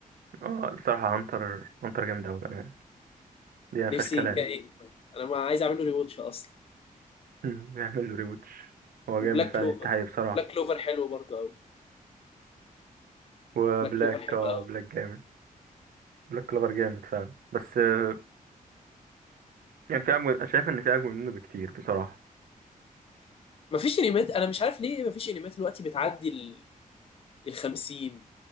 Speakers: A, on the right (about 80°); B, on the left (about 40°).
A: اه بصراحة هانتر هانتر جامد قوي بأمانة دي ما فيهاش
B: نفسي
A: كلام
B: كا يكمل انا ما عايز اعمله ريواتش اصلا
A: <laughs> بيعمل له ريوتش هو جامد
B: وبلاك
A: فعلا
B: كلوفر
A: يستحق بصراحة
B: بلاك كلوفر حلو برضه قوي
A: وبلاك
B: بلاك كلوفر حلو
A: اه
B: قوي
A: بلاك جامد بلاك كلوفر جامد فعلا بس آه، يعني في اجمل أنا شايف ان في اجمل منه بكتير بصراحة
B: مفيش انميات انا مش عارف ليه مفيش انميات دلوقتي بتعدي ال ال 50